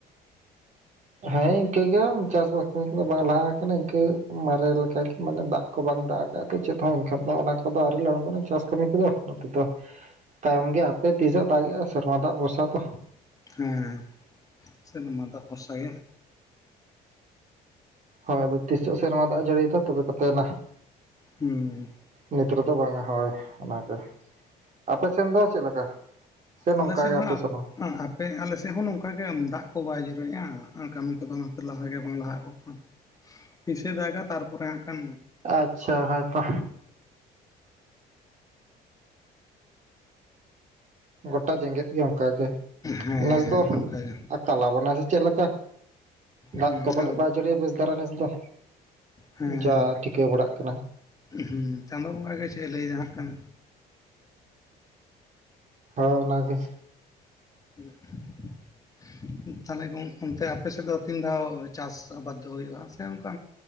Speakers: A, on the right; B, on the left.
A: ᱦᱮᱸ ᱤᱱᱠᱟᱹᱜ ᱜᱮ ᱪᱟᱥᱵᱟᱥ ᱠᱟᱹᱢᱤ ᱠᱚᱫᱚ ᱵᱟᱝ ᱞᱟᱦᱟ ᱟᱠᱟᱱᱟ ᱤᱱᱠᱟᱹ ᱢᱟᱨᱮ ᱞᱮᱠᱟ ᱜᱮ ᱢᱟᱱᱮ ᱫᱟᱜ᱾ ᱵᱟᱝ ᱫᱟᱜ ᱟᱠᱟᱫ ᱪᱮᱫ ᱦᱚᱸ ᱮᱱᱠᱷᱟᱱ ᱫᱚ ᱚᱱᱟ᱾ ᱟᱫᱚ ᱟᱹᱣᱨᱤ ᱞᱮ ᱟᱹᱲᱜᱳᱱᱟ ᱪᱟᱥ ᱠᱟᱹᱢᱤ ᱠᱚᱫᱚ ᱱᱚᱛᱮ ᱫᱚ ᱛᱟᱭᱚᱢ ᱜᱮᱭᱟ᱾ ᱦᱟᱯᱮ ᱛᱤᱥᱟᱜ ᱮᱸ ᱫᱟᱜ ᱮᱼᱟ ᱥᱮᱨᱢᱟ ᱫᱟᱜ ᱵᱷᱚᱨᱥᱟ ᱛᱚ᱾
B: ᱦᱮᱸ ᱥᱮᱨᱢᱟ ᱫᱟᱜ ᱵᱷᱚᱨᱥᱟ ᱜᱮ᱾
A: ᱦᱳᱭ ᱟᱫᱚ ᱛᱤᱥᱚᱜ ᱥᱮᱨᱢᱟ ᱫᱟᱜ ᱡᱟᱹᱲᱤᱭ ᱫᱟ ᱛᱚᱵᱮ ᱠᱟᱛᱮ ᱱᱟ᱾
B: ᱦᱩᱸ
A: ᱱᱤᱛ ᱨᱮᱫᱚ ᱵᱟᱝᱼᱟ ᱦᱳᱭ ᱚᱱᱟᱜᱮ, ᱟᱯᱮ ᱥᱮᱱ ᱫᱚ ᱪᱮᱫ ᱞᱮᱠᱟ? ᱥᱮ ᱱᱚᱝᱠᱟ
B: ᱟᱞᱮ ᱥᱮᱫ
A: ᱜᱮ
B: ᱦᱚᱸ
A: ᱟᱯᱮ ᱥᱮᱱ
B: ᱯᱮ ᱟᱞᱮ ᱥᱮᱫ ᱦᱚᱸ ᱱᱚᱝᱠᱟ ᱜᱮ ᱫᱟᱜ ᱠᱚ ᱵᱟᱭ ᱡᱚᱨᱚᱭᱮᱫᱼᱟ ᱟᱨ ᱠᱟᱹᱢᱤ ᱠᱚᱫᱚ ᱚᱱᱟᱛᱮ ᱞᱟᱦᱟᱜ ᱜᱮ ᱵᱟᱝ ᱞᱟᱦᱟᱜᱮᱫ ᱠᱚ ᱠᱟᱱᱟ᱾ ᱛᱤᱥᱮ ᱫᱟᱜᱼᱟ ᱛᱟᱨᱯᱚᱨᱮ ᱦᱟᱜ ᱠᱟᱱ᱾
A: ᱟᱪᱪᱷᱟ ᱦᱳᱭ ᱛᱚ᱾ ᱜᱚᱴᱟ ᱡᱮᱜᱮᱛ ᱜᱮ ᱚᱱᱠᱟᱜᱮ
B: ᱦᱮᱸ
A: ᱱᱮᱥ ᱫᱚ᱾
B: ᱚᱱᱠᱟᱜᱮ
A: ᱠᱟᱞᱟᱵᱚᱱᱟ ᱥᱮ ᱪᱮᱫ ᱞᱮᱠᱟ ᱫᱟᱜ
B: ᱦᱮᱸ
A: ᱠᱚ ᱯᱟᱞᱮᱫ
B: ᱟᱨ
A: ᱵᱟᱭ ᱡᱟᱹᱲᱤᱭᱟ ᱵᱮᱥ ᱫᱷᱟᱨᱟ ᱱᱮᱥ ᱫᱚ᱾
B: ᱦᱮᱸ
A: ᱡᱟ ᱴᱷᱤᱠᱟᱹ ᱵᱟᱲᱟᱜ ᱠᱟᱱᱟ᱾
B: ᱦᱩᱸ ᱪᱟᱸᱫᱳ ᱵᱚᱸᱜᱟ ᱜᱮ ᱪᱮᱫ ᱮ ᱞᱟᱹᱭ ᱫᱟ ᱦᱟᱸᱜ ᱠᱷᱟᱱ᱾
A: ᱦᱳᱭ ᱚᱱᱟᱜᱮ
B: <inaudible> ᱛᱟᱦᱞᱮ ᱚᱱᱛᱮ ᱟᱯᱮ ᱥᱮᱫ ᱫᱚ ᱛᱤᱱ ᱫᱷᱟᱣ ᱪᱟᱥ ᱟᱵᱟᱫ ᱫᱚ ᱦᱩᱭᱩᱜᱼᱟ ᱥᱮ ᱚᱱᱠᱟᱼᱼ